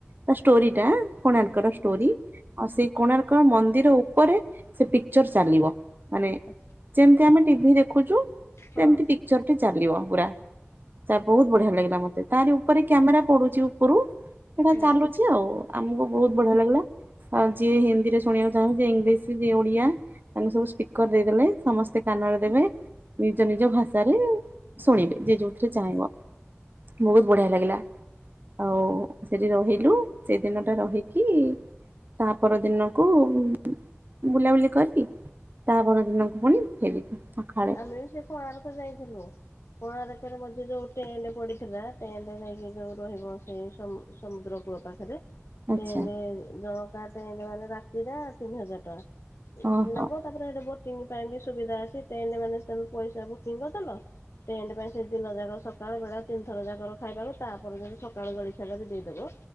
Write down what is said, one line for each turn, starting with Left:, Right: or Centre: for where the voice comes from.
Right: ତା ଷ୍ଟୋରିଟା-ଆ କୋଣାର୍ ର୍କର ଷ୍ଟୋରୀ।
Left: ହଁ
Right: ଆଉ, ସେ କୋଣାର୍କ ମନ୍ଦିର ଉପରେ ସେ ପିକ୍ଚର୍ ଚାଲିବ। ମାନେ
Left: ହଁ
Right: ଯେମିତି ଆମେ ଟିଭିି ଦେଖୁଛୁ।
Left: ହଁ
Right: ଯେମିତି ପିକ୍ଚରଟି ଚାଲିବ ପୁରା। ତା ବହୁତ ବଢ଼ିଆ ଲାଗିଲା ମତେ। ତାରି ଉପରେ କ୍ୟାମେରା ପଡୁଛି ଉପରୁ। ହେଟା
Left: ହଁ
Right: ଚାଲୁଛି ଆଉ। ଆମକୁ ବହୁତ ବଢ଼ିଆ ଲାଗିଲା। ଆ ଯିଏ ହିନ୍ଦୀରେ ଶୁଣିଆ ଯାହଉ, ଯିଏ ଇଂଲିଶ ଯିଏ ଓଡ଼ିଆ, ତାଙ୍କୁ ସବୁ ସ୍ପିକର ଦେଇଦେଲେ, ସମସ୍ତେ କାନରେ ଦେବେ। ନିଜ ନିଜ ଭାଷାରେ ଶୁଣିବେ। ଯିଏ ଯୋଉଥିରେ ଚାହିଁବ। ବହୁତ୍ ବଢ଼ିଆ ଲାଗିଲା। ଆଉ ସେଠି ରହିଲୁ, ସେଦିନ ଟା ରହିକି ତାହା ପର ଦିନକୁ ଉ ଉ ବୁଲାବୁଲି କରି, ତାହା ପରଦିନକୁ ପୁଣି ଫେରିଲୁ ସଖାଳେ।
Left: ଆମେ ବି ସେ କୋଣାର୍କୁ ଯାଇଥିଲୁ? କୋଣାର୍କ ରେ ମଝି ଯୋଉ ଟେଣ୍ଡ ପଡିଥିଲା, ଟେଣ୍ଡ ରେ ଯାଇକି ଯୋଉ ରହିବ, ସେଇ ସମ-ସମୁଦ୍ର କୂଳ ପାଖ୍ ରେ
Right: ଆଚ୍ଛା
Left: ଟେଣ୍ଡେ ଜଣକା ଟେଣ୍ଡ ମାନେ, ରାତିଟା ତିନ ହଜାର ଟଙ୍କା
Right: ଓହୋ
Left: ନବ। ତା'ପରେ ହେଠେ ବୋଟିଂ ପାଇଁ ବି ସୁବିଧା ଅଛି। ଟେଣ୍ଡ ମାନେ ସେମ୍ ପଇସା ବୁ କିଙ୍ଗ୍ କଦେଲ। ଟେଣ୍ଡ ପାଇଁ ସେ ଦିନ ଯାକ, ସକ୍ ସକାଳୁ ବେଳା ତିନିଥର ଯାକର ଖାଇବାକୁ, ତା'ପରଦିନ ସକାଳୁ ଜଲିଖିଆଟା ବି ଦେଇଦବ।